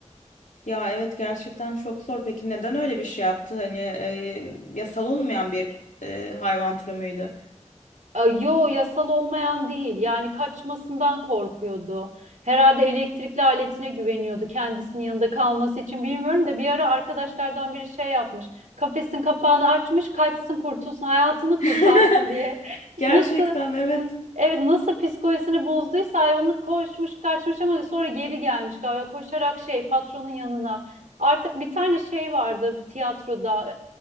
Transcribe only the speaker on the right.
E, Yo yasal olmayan değil yani kaçmasından korkuyordu. Herhalde elektrikli aletine güveniyordu kendisinin yanında kalması için bilmiyorum da bir ara arkadaşlardan biri şey yapmış. Kafesin kapağını açmış kaçsın kurtulsun hayatını kurtarsın
diye. <laughs>
Nasıl
hı, evet nasıl psikolojisini bozduysa hayvanı koşmuş kaçmış ama sonra geri gelmiş galiba koşarak şey patronun yanına. Artık bir tane şey vardı bir tiyatroda